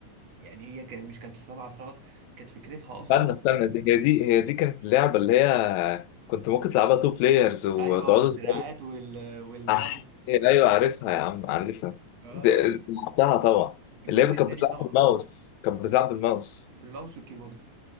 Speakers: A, on the right; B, on the left.
A: يعني هي كان مش كانت سبع عصا بس كانت فكرتها اصلا
B: استنى استنى دي هي دي هي دي كانت اللعبة اللي هي كنت ممكن تلعبها تو بلايرز وتقعدوا
A: ايوه وبالدراعات
B: تضربوا-
A: وال... والماوس
B: أح إيه، أيوه عارفها يا عم عارفها
A: اه
B: دي- لعبتها طبعا
A: الجزء
B: اللي هي
A: الثاني
B: كانت بتلعب
A: طبعا
B: بالماوس كانت بتلعب بالماوس
A: بالماوس والكيبورد